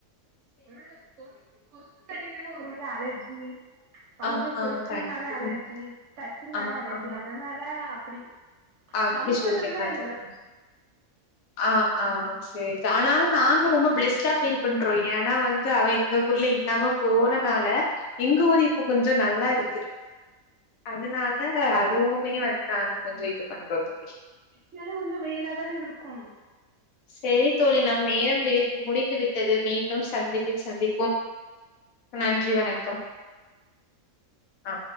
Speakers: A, on the right (about 65°); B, on the left (about 75°).
A: ஒருவேள கொ கொசு கடினலா ஒரு வேள அலர்ஜி அவுங்களுக்கு
B: ஆ, ஆ
A: கொசுனால
B: கண்டிப்பா தோழி.
A: அலர்ஜி டச்சுன்னால
B: ஆ,
A: அலர்ஜி
B: ஆ
A: அதனால அப்புடி
B: அப்டி
A: கம்ஃபர்டபிளா இ
B: <unintelligible> ஆ ஆ சேரி ஆனாலு நாங்க ரொம்ப பெஸ்ட்டா ஃபீல் பண்றோ ஏனா வந்து அவ இந்த ஊர்ல இல்லாம போனனால எங்க ஊர் இப்ப கொஞ்சொ நல்லா இருக்கு அதுனா ல அதுவுமே வந்து நானு கொஞ்ச இது கண்டிப்பா தோழி
A: <unintelligible> கொஞ்ச வெயிலாதானே இருக்கும்
B: சேரி தோழி நம் நேரம் வி முடிந்து விட்டது மீண் டும் சந்திப்பில் சந்திப்போம் நன்றி வணக்கம் ஆ